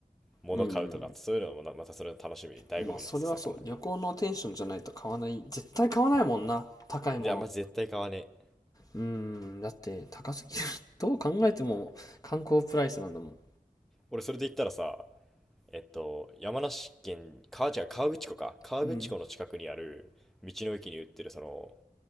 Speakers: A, in the centre; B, on the left (about 25°).
A: 物買うとかってそういうのもまたそれの楽しみ醍醐味の一つだからな
B: うん。まあ、それはそう。旅行のテンションじゃないと買わない。絶対買わないもんな。高いもの。
A: いやまじ絶対買わねえ
B: うん、だって高すぎる。<laughs> どう考えても観光プライスなんだもん。
A: 俺それで言ったらさえっと山梨県川違う河口湖か河口湖の近くにある道の駅に売ってるその
B: うん。